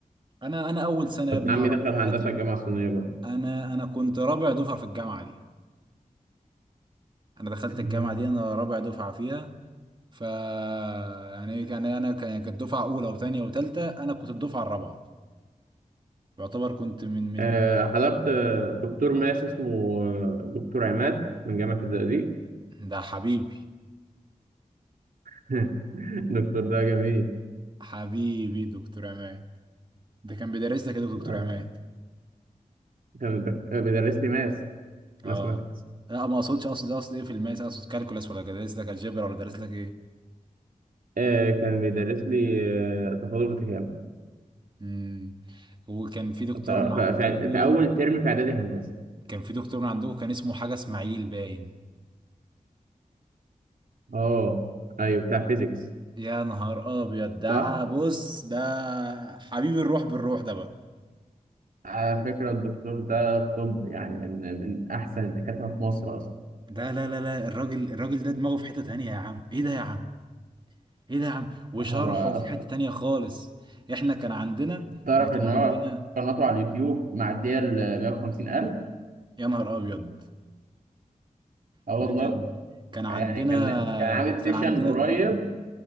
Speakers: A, on the right (about 35°); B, on the right (about 80°).
A: أنا أنا أول سنة يا
B: ابن
A: ابني
B: عمي
A: أعرف
B: دخل
A: في
B: هندسة
A: حياتي إن
B: الجامعة الصينية
A: أنا أنا كنت رابع دفعة في الجامعة دي أنا دخلت
B: برضه
A: الجامعة دي أنا رابع دفعة فيها ف يعني ايه كان يعني انا كان- كانت دفعه اولى وثانيه وثالثه انا كنت الدفعه الرابعه يعتبر كنت من من
B: آه، حضرت آه، دكتور ماس اسمه آه، دكتور عماد من جامعة الزقازيق
A: ده حبيبي
B: <laughs> الدكتور ده جميل
A: حبيبي دكتور عماد ده كان بيدرس لك يا دكتور
B: اه
A: عماد
B: كان بيدر- آه، بيدرس لي ماس
A: اه
B: ماس ماثكس
A: لا ما اقصدش اقصد اقصد ايه في الماس اقصد كالكولاس ولا درس لك الجبر ولا درس لك ايه
B: آه، كان بيدرس لي آه، تفاضل وتكامل
A: امم وكان في دكتور
B: ف- ف-
A: من عندكم
B: ف- في أول ترم في إعدادي هندسة
A: كان في دكتور من عندكم كان اسمه حاجه اسماعيل باين
B: اه أيوه بتاع فيزيكس
A: يا نهار ابيض ده
B: صح؟
A: بص ده حبيب الروح بالروح ده بقى
B: على فكرة الدكتور ده طب يعني من من أحسن الدكاترة في مصر أصلا
A: لا لا لا لا الراجل الراجل ده دماغه في حتة تانية يا عم ايه ده يا عم ايه ده يا عم وشرحه
B: هو أصلا
A: في حتة تانية خالص احنا كان عندنا
B: تعرف
A: احنا كان
B: إن
A: عندنا
B: هو قناته على اليوتيوب معدية ال 150 ألف
A: يا نهار ابيض
B: اه
A: احنا
B: والله
A: كان كان عندنا
B: يعني كان كان عامل
A: كان
B: سيشن
A: عندنا
B: قريب
A: جو...